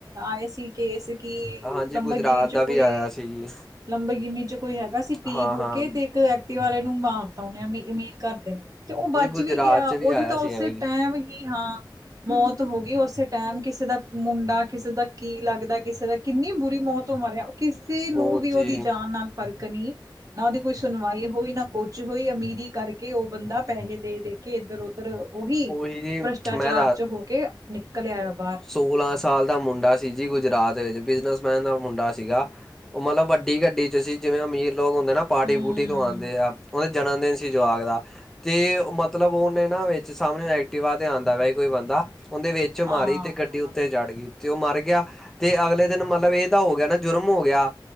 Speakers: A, on the right; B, in the centre.
A: ਆਏ ਸੀ। ਕੇਸ ਕੀ
B: ਹਾਂਜੀ
A: ਨੰਬਰਗਿਰੀ
B: ਗੁਜਰਾਤ ਦਾ
A: ਚੂ
B: ਵੀ
A: ਕੋਈ
B: ਆਇਆ ਸੀ ਜੀ
A: ਲੰਬਰ ਗਿਨੀ ਚੂ ਕੋਈ ਹੈਗਾ ਸੀ, ਪੀ-ਪੂ
B: ਹਾਂ-ਹਾਂ।
A: ਕੇ ਤੇ ਇੱਕ ਐਕਟੀਵਾ ਆਲੇ ਨੂੰ ਮਾਰਤਾ, ਓਨੇ ਅਮੀਰ ਘੱਰ ਦੇ ਨੇ ਤੇ ਓ ਬੱਚ
B: ਗੁਜਰਾਤ
A: ਵੀ ਗਯਾ,
B: ਚ ਵੀ
A: ਓਦੀ
B: ਆਇਆ
A: ਤਾ
B: ਸੀ
A: ਓੱਸੇ
B: ਐ ਹੀ
A: ਟਾਈਮ ਈ, ਹਾਂ। ਮੌਤ ਹੋਗੀ ਓਸੇ ਟਾਈਮ, ਕਿਸੇ ਦਾ ਮੁੰਡਾ, ਕਿਸੇ ਦਾ ਕੀ ਲੱਗਦਾ ਕਿਸੇ ਦਾ, ਕਿੰਨੀ ਬੁਰੀ ਮੌਤ ਓ ਮਰਯਾ। ਕਿੱਸੇ ਨੂੰ
B: ਉਹ
A: ਵੀ
B: ਜੀ
A: ਓਦੀ ਜਾਨ ਨਾਲ ਫ਼ਰਕ ਨੀ। ਨਾ ਓਦੀ ਕੋਈ ਸੁਨਵਾਈ ਹੋਈ, ਨਾ ਕੁਛ ਹੋਈ, ਅਮੀਰੀ ਕਾਰਕੇ ਓ ਬੰਦਾ ਪੈਹੇ ਦੇ ਦੇ ਕੇ ਕੇ ਐਧਰ-ਉਧਰ ਓਵੀ
B: ਉਹੀ ਜੀ
A: ਭ੍ਰਸ਼ਟਾਚਾਰ
B: ਮੈਂ
A: ਚ ਹੋਕੇ ਨਿਕਲਯੈ ਬਾਰ।
B: ਸੋਲਾ ਸਾਲ ਦਾ ਮੁੰਡਾ ਸੀ ਜੀ, ਗੁਜਰਾਤ ਵਿੱਚ ਬਿਜਨਸ ਮੈਨ ਦਾ ਮੁੰਡਾ ਸੀਗਾ। ਓ ਮਲਬ ਵੱਡੀ ਗੱਡੀ ਚ ਸੀ, ਜਿਵੇਂ ਅਮੀਰ ਲੋਕ ਹੁੰਦੇ ਨਾ ਪਾਰਟੀ,
A: ਹਮ
B: ਪੂਟੀ ਤੋ ਆਂਦੇ ਆ। ਓਦੇ ਜਨਮ ਦਿਨ ਸੀ ਜਵਾਕ ਦਾ ਤੇ ਮਤਲਬ ਓਨੇ ਨਾ ਵੇੱਚ ਸਾਮਨੇ ਐਕਟਿਵਾ ਤੇ ਆਂਦਾ ਵਯਾ ਸੀ ਕੋਈ ਬੰਦਾ, ਓਂਦੇ ਵੇਚ
A: ਹਾਂ
B: ਮਾਰੀ ਤੇ ਗੱਡੀ ਉੱਤੇ ਚੜ ਗਈ, ਤੇ ਉਹ ਮਰ ਗਿਆ, ਤੇ ਅਗਲੇ ਦਿਨ ਮਤਲਬ ਇਹ ਤਾ ਹੋ ਗਿਆ ਜੁਰਮ ਹੋ ਗਿਆ।